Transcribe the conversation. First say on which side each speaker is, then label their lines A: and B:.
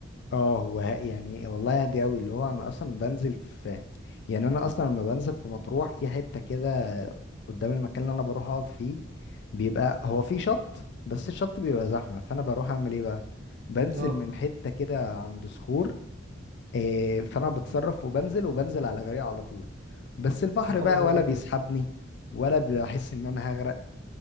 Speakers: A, on the left; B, on the right.
A: اه هو يعني والله هادي قوي اللي هو انا اصلا بنزل في يعني انا اصلا لما بنزل في مطروح في حتة كده قدام المكان اللي انا بروح اقعد فيه بيبقى هو في شط بس الشط بيبقى زحمة فانا بروح اعمل ايه بقى بنزل
B: اه
A: من حتة كده عند صخور إيه فانا بتصرف وبنزل وبنزل على جريء على طول بس البحر
B: يا خبر
A: بقى ولا
B: ابيض
A: بيسحبني ولا بحس ان انا هغرق